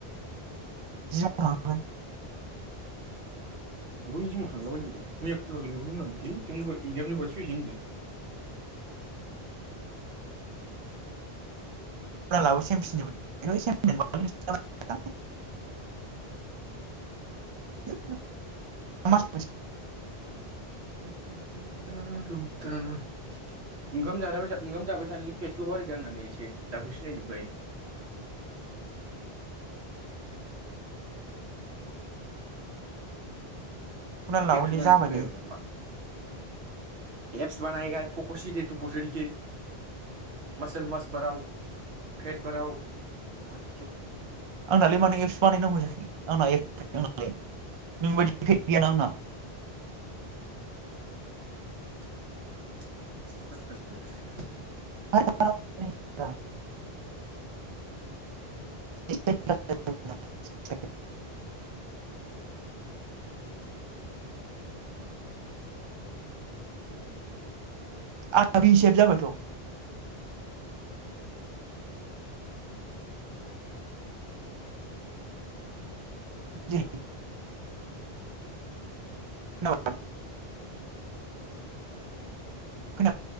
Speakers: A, on the right (about 50°); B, on the right (about 80°).
A: जिमाव थांआखै
B: बबै जिमाव थांलाबाय नांगौ जाखो मैया <unintelligible> लिंहरदोंमोन आं ओइ <unintelligible> एकजाम जोबा फैसै होनदो
A: <unintelligible> <unintelligible>
B: <unintelligible> <unintelligible> ओंखाम जानायबायसा ओंखाम जाबाय थानानै पेक्सल' बारायदों आंना नै एसे दाबो सिनायजोबखायो
A: खुना लाबोदो
B: एबसुब बानायसैब्रा
A: जाबायलै
B: <unintelligible> एप्स बानायईगा कक'शिटे <unintelligible> मसल मस बारउ फेट बाराव ओम
A: आंनालाय माने एप्स बानायनांगौ जाखै आंना ए फाय आंना लाय नों बायदि फेख गैयाना आंना।
B: <unintelligible>
A: <unintelligible> <unintelligible> आंना भिशेब जाबायथ'। जेरि खोनाबाय खोनाप